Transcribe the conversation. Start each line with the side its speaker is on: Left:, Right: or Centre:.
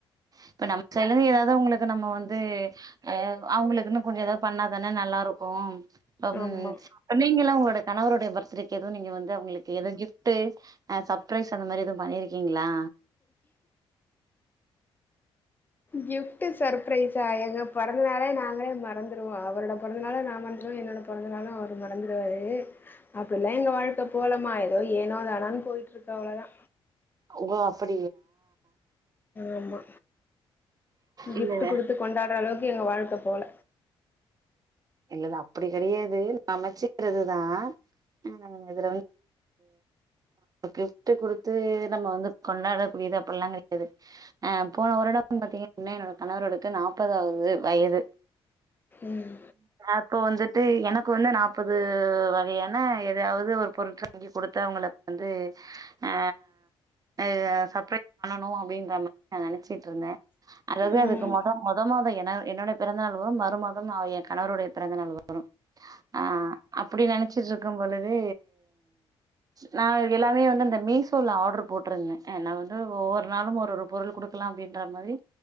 Right: இப்ப நம்ம சைடுலருந்து எதாது உங்களுக்கு நம்ம வந்து ஆ அவங்களுக்குன்னு கொஞ்சோ எதாது பண்ணாதான நல்லாருக்கு அம்
Left: ஆமா
Right: நீங்களா உங்களோட கணவருடைய பர்த்டேக்கு எது நீங்க வந்து அவங்களுக்கு எது கிஃப்ட்டு அ சர்ப்ரைஸ் அந்த மாரி எதுவு பண்ணிருக்கிங்ளா
Left: கிஃட்டு சர்ப்ரைஸா எங்க பொறந்தநாளே நாங்களே மறந்துருவோ அவரோட பொறந்த நாளே நா மறந்துருவே என்னோட பொறந்தநாளு அவரு மறந்துருவாரு அப்டிலா எங்க வாழ் தோ போலமா ஏதோ ஏனோ தானோன் போயிட்ருக்கு அவ்ளோதா
Right: அவுங்க அப்படி
Left: ஆமா
Right: இல்ல
Left: கிஃப்ட்டு குடுத்து கொண்டாடுறளவுக் எங்க வாழ்க்க போல
Right: இல்ல அது அப்டி கெடையாது அமைச்சுக்கிறதுதா ஆ இதுல வந்து <inaudible> கிஃப்ட்டு குடுத்து நம்ம வந்து கொண்டாடக்கூடியது அப்டிலா கெடையாது ஆ போன வருடம்னு பாத்தீங்கனா என்னோட கணவரவருக்கு நாப்பதாவது வயது
Left: ம்
Right: அப்போ வந்துட்டு எனக்கு வந்து நாப்பது வகையான எதயாவது ஒரு பொருட்க வாங்கி குடுத்து அவங்கள வந்து ஆ ஆ சர்ப்ரைஸ் பண்ணணு அப்டின்ற மாரி நா நெனைச்சுட்ருந்தே அதாது
Left: ம்
Right: அதுக்கு மொத மொத மாத என என்னோட பிறந்தநாளு வரு மறு மாதம் நா எ கணவருடைய பிறந்த நாள் வரு ஆ அப்டி நெனச்சிட்டு இருக்கும்பொழுது நா எல்லாமே வந்து அந்த மீசோல ஆட்ரு போட்ருந்தே ஆ நா வந்து ஒவ்வொரு நாளு ஒரு ஒரு பொருள் குடுக்கலா அப்டின்றா மாரி